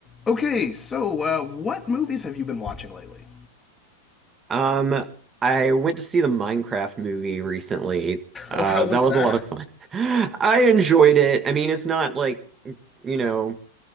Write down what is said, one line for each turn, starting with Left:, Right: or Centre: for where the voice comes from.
Left: Okay, so uh, what movies have you been watching lately?
Right: Um, I went to see the Minecraft movie recently. Uh,
Left: Oh, how was
Right: that was
Left: that?
Right: a lot of fun. <laughs> I enjoyed it. I mean, it's not like, you know,